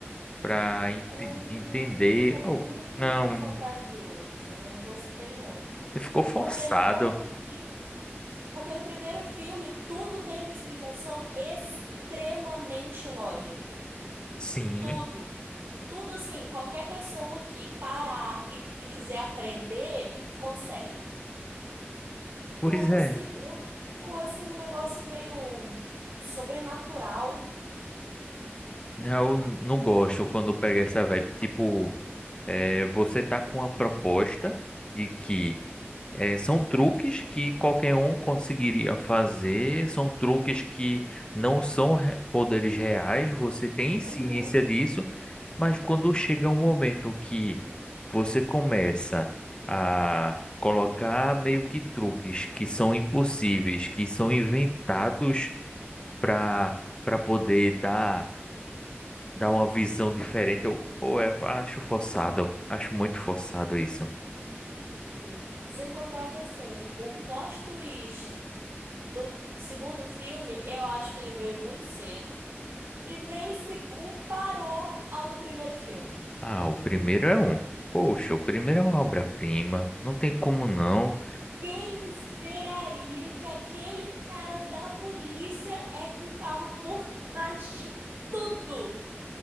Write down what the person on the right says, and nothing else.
É,
ficou muito
fantasioso, não gostei não.
Porque no outro filme, porque no primeiro filme tudo tem uma explicação extremamente lógica.
Tudo, tudo assim, qualquer pessoa que parar e quiser aprender, consegue.
Mas no
segundo ficou assim um negócio meio sobrenatural.
Uhum,
sim. Sem contar que assim, o plot twist do segundo filme, eu acho que ele veio muito cedo e nem se comparou ao do primeiro filme.
Quem esperaria que aquele cara da polícia é quem tava por trás de tudo?